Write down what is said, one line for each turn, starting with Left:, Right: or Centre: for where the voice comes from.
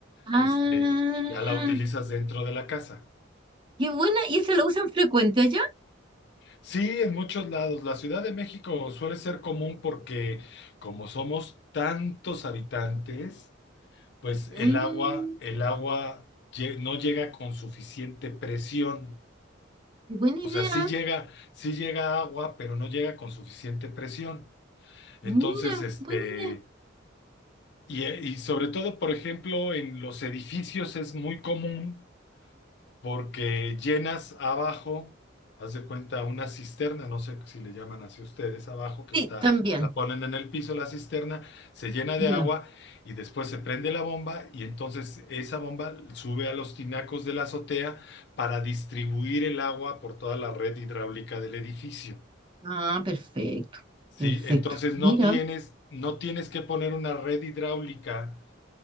Right: Ah,
Left: este, ya la utilizas dentro de la casa.
Right: qué buena. ¿Y eso lo usan frecuente allá?
Left: Sí, en muchos lados. La Ciudad de México suele ser común porque como somos tantos habitantes, pues el
Right: Mm,
Left: agua, el agua lle- no llega con suficiente presión.
Right: buena
Left: O
Right: idea.
Left: sea, sí llega, sí llega agua, pero no llega con suficiente presión. Entonces,
Right: Mira,
Left: este,
Right: buena idea.
Left: y, eh, y sobre todo, por ejemplo, en los edificios es muy común porque llenas abajo, haz de cuenta, una cisterna, no sé si le llaman así ustedes, abajo que
Right: Sí,
Left: está,
Right: también.
Left: la ponen en el piso la cisterna, se llena
Right: Ya.
Left: de agua y después se prende la bomba y entonces esa bomba sube a los tinacos de la azotea para distribuir el agua por toda la red hidráulica del edificio.
Right: Ah, perfecto.
Left: Sí,
Right: Perfecto.
Left: entonces
Right: Mira.
Left: no tienes, no tienes que poner una red hidráulica